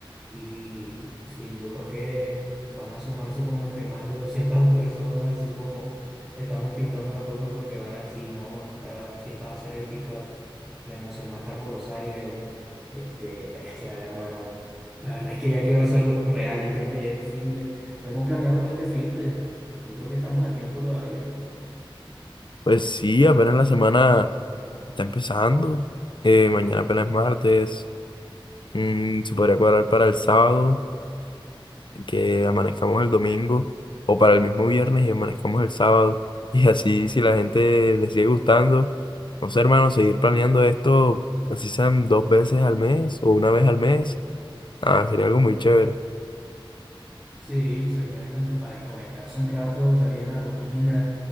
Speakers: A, in the centre; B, on the left.
A: Y sí, yo creo que van a sumarse como que más de 200 <laughs> personas, así como estamos pintando la cosa, porque van a decir, no, esta fiesta va a ser épica. La emoción va a estar por los aires. Este, bestia, hermano. La verdad es que ya quiero hacerlo real, ya quiero que llegue el fin de. Podemos planearlo para este fin de. Yo creo que estamos a tiempo todavía.
B: Pues sí, apenas la semana está empezando, eh, mañana apenas es martes, mm, se podría cuadrar para el sábado, que amanezcamos el domingo o para el mismo viernes y amanezcamos el sábado. <laughs> Y así, si la gente le sigue gustando, no sé, hermano, seguir planeando esto, así sean dos veces al mes o una vez al mes, ah, sería algo muy chévere,
A: Sí, sería como que para desconectarse un rato, salir a la rutina.